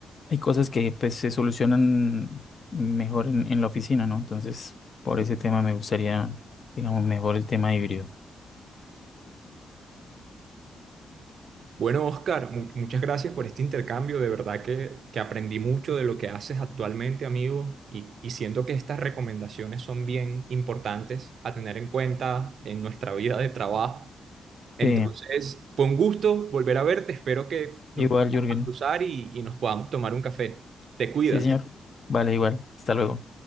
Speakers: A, on the left; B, on the right.
A: hay cosas que pues, se solucionan mejor en, en la oficina, ¿no? Entonces, por ese tema me gustaría, digamos, mejor el tema híbrido.
B: Bueno, Oscar, mu- muchas gracias por este intercambio. De verdad que, que aprendí mucho de lo que haces actualmente, amigo, y, y siento que estas recomendaciones son bien importantes a tener en cuenta en nuestra vida de trabajo. Entonces,
A: Sí,
B: fue un gusto volver a verte. Espero que nos
A: igual,
B: podamos
A: Jürgen.
B: cruzar y, y nos podamos tomar un café. Te cuidas.
A: Sí, señor. Vale, igual. Hasta luego.